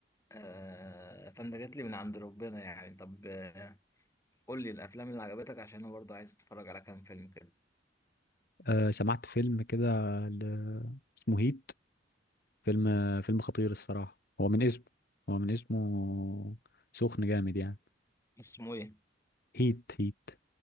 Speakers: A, on the left; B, on the left.
A: آه، فانت جات لي من عند ربنا يعني طب آه، قول لي الافلام اللي عجبتك عشان انا برضو عايز اتفرج على كام فيلم كده
B: آه، سمعت فيلم كده ل- اسمه هيت فيلم فيلم خطير الصراحه هو من اسمه هو من اسمه سخن جامد يعني
A: اسمه ايه
B: هيت هيت